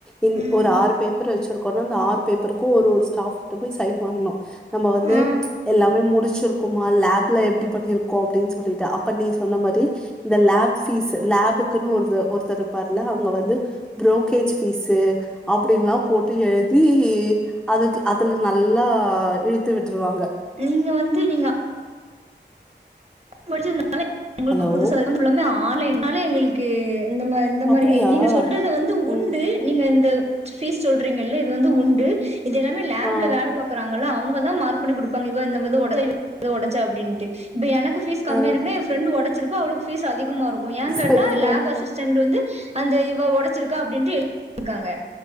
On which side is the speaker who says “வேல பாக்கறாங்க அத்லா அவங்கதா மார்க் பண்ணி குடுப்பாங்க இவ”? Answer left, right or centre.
Right